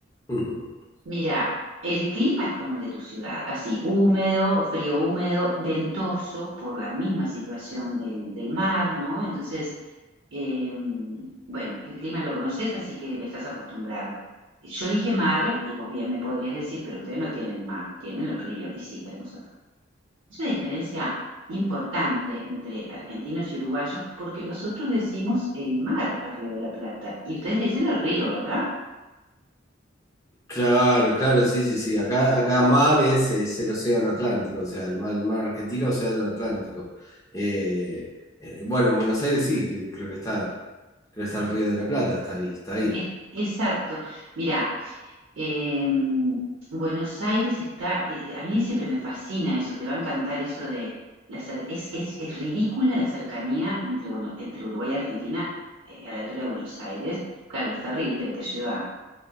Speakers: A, on the left; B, on the right.
A: <laughs>
B: Mira, el clima es como el de tu ciudad, así, húmedo, frío húmedo, ventoso por la misma situación del, del mar, ¿no? Entonces, eh, bueno, el clima lo conoces, así que estás acostumbrado. Yo dije mar, y vos bien me podrías decir, pero ustedes no tienen mar, tienen el río, y sí, tenemos el río. Es una diferencia importante entre argentinos y uruguayos porque nosotros decimos el mar al Río de la Plata y ustedes le dicen el río, ¿verdad?
A: Claro, claro, sí, sí, sí. Acá, acá mar es, es el océano Atlántico, o sea, el mar, el mar argentino, océano Atlántico. Eh, eh, bueno, en Buenos Aires sí, que creo que está, creo que está el Río de la Plata, está ahí, está ahí.
B: Es- exacto. Mira, eh, Buenos Aires está, eh, eh, a mí siempre me fascina eso, te va a encantar eso de, la cer- es, es, es ridícula la cercanía entre, bueno, entre Uruguay y Argentina eh, a la altura de Buenos Aires. Claro, el ferry, viste, que te lleva